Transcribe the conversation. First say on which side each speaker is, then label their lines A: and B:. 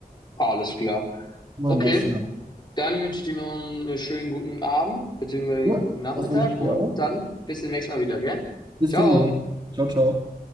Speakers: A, on the left (about 25°); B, on the right (about 25°).
A: Alles klar.
B: mein
A: Okay.
B: Bester.
A: Dann wünsche ich dir noch einen schönen guten Abend, beziehungsweise
B: Ja,
A: einen guten Nachmittag
B: das wünsche ich
A: und
B: dir auch.
A: dann bis zum nächsten Mal wieder, gell?
B: Bis
A: Ciao.
B: demnächst. Ciao, ciao.